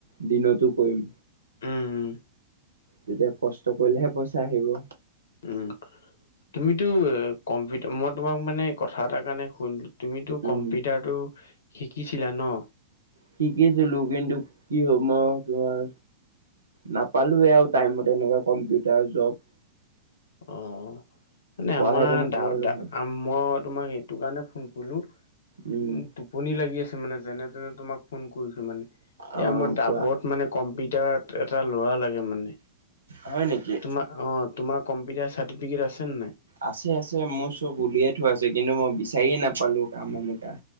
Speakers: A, on the right; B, on the left.
A: দিনতো কৰিম।
B: উম।
A: তেতিয়া কষ্ট কৰিলেহে পইচা আহিব।
B: উম, তুমিতো, কম্পিউটাৰ মই তোমাক মানে কথা এটাৰ কাৰণে ফো তুমিতো
A: উম।
B: কম্পিউটাৰতটো শিকিছিলা ন?
A: শিকিছিলো, কিন্তু কি হ' মই তোমাৰ নাপালোৱে আৰু টাইমত এনেকুৱা কম্পিউটাৰ জব।
B: অ', মানে
A: পোৱাহেঁতেন
B: আমাৰ
A: সোমালো
B: দাউতাৰ
A: হয়।
B: আম মই তোমাক এইটো কাৰণে ফোন কৰিলো,
A: উম,
B: <unintelligible> টোপনি লাগি আছে মানে যেনে তেনে তোমাক ফোন কৰিছো মানে,
A: অ'
B: এই আমাৰ দাবত
A: কোৱা
B: মানে কম্পিউটাৰত এটা ল'ৰা লাগে মানে।
A: হয় নেকি?
B: তোমাৰ অ', তোমাৰ কম্পিউটাৰ চাৰ্টিফিকেট আছেনে নাই?
A: আছে আছে, মোৰ চব উলিয়াই থোৱা আছে, কিন্তু মই বিচাৰিয়ে নাপালো কাম এনেকুৱা।